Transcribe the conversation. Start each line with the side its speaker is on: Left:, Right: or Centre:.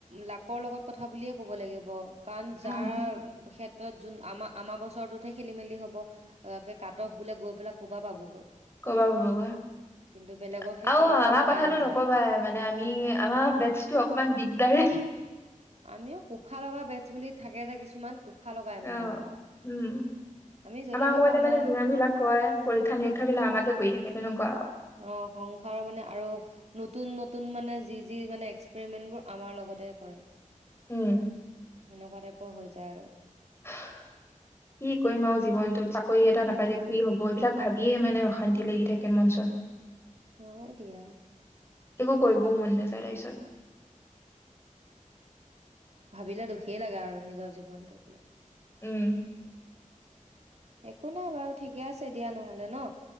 Right: লাক কৰ লগত কথা বুলিয়ে ক'ব লাগিব কাৰণ
Left: উম
Right: যাৰ হেড ত যোন আমাৰ আমাৰ বছৰৰতোতহে খেলি মেলি হ'ব কাট অফ বোলে গৈ পেলাই ক'বা পাবগৈ
Left: কৰা পৰা পাব ক
Right: কিন্তু বেলেগৰ ক্ষেত্ৰত
Left: অ
Right: আকৌ
Left: আমাৰ
Right: পায়ে
Left: কথাাতটো
Right: যায়
Left: নকবাই মানে আমি আমাৰ বেটছটো অকমান দিগদাৰ
Right: আমিও কোফা লগা বেচ বুলি থাকে যে কিছুমান ক কুফা লগাই
Left: অ
Right: মানে আমাৰ
Left: উম
Right: আমি যতে থাকো
Left: আগতে
Right: আমাৰ
Left: মানে যিমান বিলাক কয় পৰীক্ষা নিৰীক্ষা
Right: উম
Left: বিলাক আমাকে কৰি থাকে তেনেকুৱা আৰু।
Right: অ সংসাৰৰ মানে আৰু নতুন নতুন নতুন মানে যি যি মানে এক্সপেৰিমেন্টবোৰ আমাৰ লগতে কৰে
Left: উম
Right: সেনেকুৱাতে হৈ যায় আৰু
Left: কি কৰিম আৰু জীৱনতটো চাকৰি এটা নাপালে কি হব এইবিলাক ভাবিয়ে মানে অশান্তি লাগি থাকে মন চন
Right: হয় দিয়া
Left: একো কৰিবও মন নাযায় তাৰপিছত
Right: ভাবিলে দুখেই লাগে আৰু নিজৰ জীৱন ন কলে
Left: উম
Right: একো নাই বাৰু ঠিকে আছে দিয়া নহলে ন